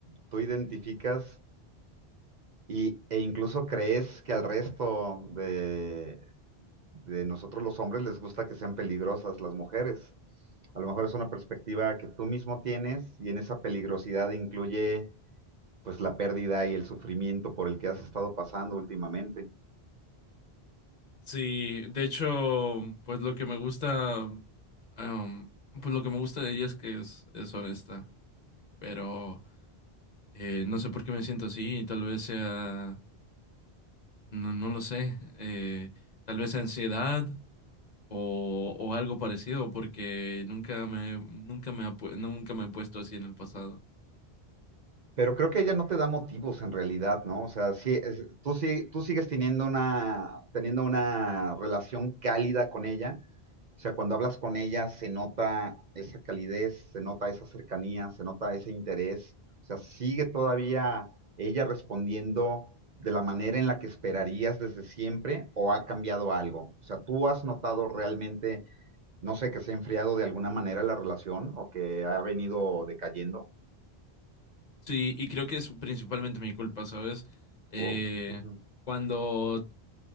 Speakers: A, on the right; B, on the left.
A: tú identificas y, e incluso crees que al resto de, de nosotros los hombres les gusta que sean peligrosas las mujeres. A lo mejor es una perspectiva que tú mismo tienes y en esa peligrosidad incluye pues la pérdida y el sufrimiento por el que has estado pasando últimamente.
B: Sí, de hecho, pues lo que me gusta, em, pues lo que me gusta de ella es que es, es honesta, pero eh, no sé por qué me siento así, tal vez sea, no, no lo sé, eh, tal vez ansiedad o, o algo parecido, porque nunca me, nunca me, ha pu- nunca me he puesto así en el pasado.
A: Pero creo que ella no te da motivos en realidad, ¿no? O sea, sí, es- tú, sí- tú sigues teniendo una, teniendo una relación cálida con ella. O sea, cuando hablas con ella se nota esa calidez, se nota esa cercanía, se nota ese interés. O sea, sigue todavía ella respondiendo de la manera en la que esperarías desde siempre o ha cambiado algo. O sea, tú has notado realmente, no sé, que se ha enfriado de alguna manera la relación o que ha venido decayendo.
B: Sí, y creo que es principalmente mi culpa, ¿sabes? Eh,
A: Oh, ujú.
B: cuando